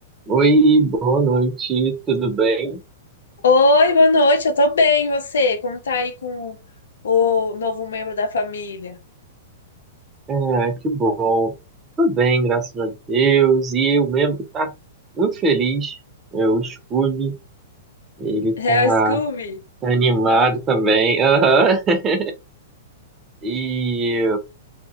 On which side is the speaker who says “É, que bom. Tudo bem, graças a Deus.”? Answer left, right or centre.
Right